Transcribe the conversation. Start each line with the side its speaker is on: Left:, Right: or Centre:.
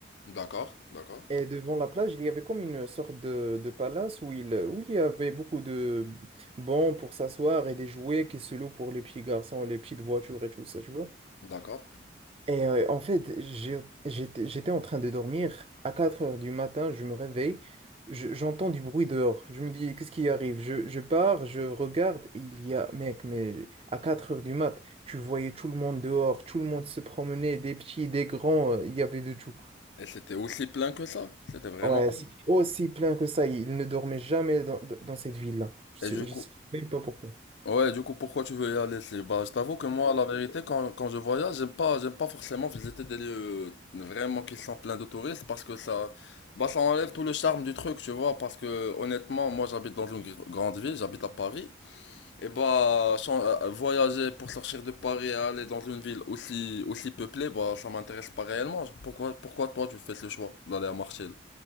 Left: D'accord, d'accord,
Right: Et devant la plage, il y avait comme une sorte de, de palace où il, où il y avait beaucoup de bancs pour s'asseoir et des jouets qui se louent pour les petits garçons, les petites voitures et tout ça, tu vois.
Left: d'accord.
Right: Et euh, en fait, j'ai- j'étais, j'étais en train de dormir. À 4 heures du matin, je me réveille, je- j'entends du bruit dehors. Je me dis, qu'est-ce qui arrive? Je, je pars, je regarde, il y a, mec, mais à 4 heures du mat, tu voyais tout le monde dehors, tout le monde se promenait, des petits, des grands, euh, il y avait de tout.
Left: Et c'était aussi plein que ça. C'était vraiment
Right: Ouais,
Left: plein.
Right: c'est aussi plein que ça. Il ne dormait jamais dans, dans cette ville-là. Je
Left: Et
Right: sais,
Left: du coup,
Right: je sais même pas pourquoi.
Left: ouais, du coup, pourquoi tu veux y aller? c'est- Bah, je t'avoue que moi, la vérité, quand, quand je voyage, j'aime pas, j'aime pas forcément visiter des lieux euh, vraiment qui sont pleins de touristes parce que ça, bah, ça enlève tout le charme du truc, tu vois. Parce que honnêtement, moi, j'habite dans une gr- grande ville, j'habite à Paris. Et bah, sans- euh, euh, voyager pour sortir de Paris et aller dans une ville aussi, aussi peuplée, bah, ça m'intéresse pas réellement. Pourquoi, pourquoi toi tu fais ce choix d'aller à Marseille?